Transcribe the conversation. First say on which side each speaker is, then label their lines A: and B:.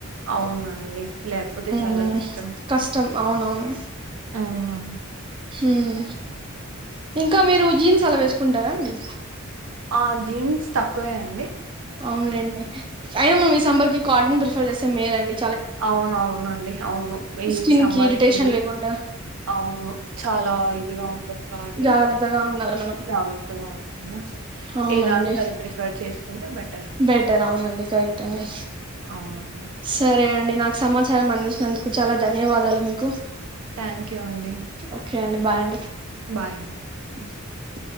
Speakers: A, on the right (about 75°); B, on the right (about 25°).
A: అవునండి లేకపోతే చాలా
B: మ్మ్
A: కష్టం
B: కష్టం అవునవును
A: మ్మ్
B: మ్మ్ ఇంకా మీరు జీన్స్ అలా వేసుకుంటారా అండి?
A: ఆ జీన్స్ తక్కువే అండి
B: అవునులేండి అయినా మన ఈ సంబర్కి కాటన్ స మే అండి
A: అవునవునండి అవును ఈ
B: స్కిన్
A: సమ్మర్
B: ఇరిటేషన్
A: కి
B: లేకుండా
A: అవును చాలా ఇదిగా ఉంటుంది కాబట్టి
B: జాగ్రత్తగా ఉండాలి మనం
A: జాగ్రత్తగా ఉంటను
B: అవునండి
A: ఏ దాన్ని అది ప్రిఫర్ చేసుకు బట్
B: బెటర్ అవునండి కరెక్ట్ అండి
A: అవునండి
B: సరే అండి నాకు సమాచారం అందించినందుకు చాలా ధన్యవాదాలు మీకు
A: థ్యాంక్ యూ అండి
B: ఓకే బాయ్ అండి
A: బయ్ అండీ
B: అ